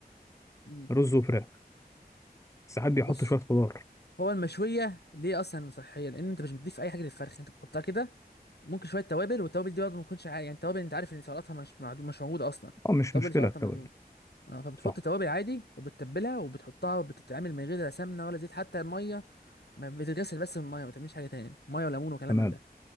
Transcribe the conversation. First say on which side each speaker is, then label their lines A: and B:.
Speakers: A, on the left; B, on the left.
A: امم
B: رز وفراخ ساعات بيحطوا
A: بص
B: شويه خضار
A: هو المشويه ليه اصلا صحيه لان انت مش بتضيف اي حاجه للفرخ انت بتحطها كده ممكن شويه توابل والتوابل دي برضه ما تكونش عا- يعني التوابل انت عارف ان سعراتها مش معدوم مش موجوده اصلا
B: اه مش
A: التوابل
B: مشكله
A: سعراتها
B: التوابل
A: معدومه اه فبتحط
B: صح
A: توابل عادي وبتتبلها وبتحطها وبتتعمل من غير لا سمنه ولا زيت حتى الميه ما بتتغسل بس بالميه ما تعملش حاجه تاني ميه وليمون وكلام
B: تمام
A: من ده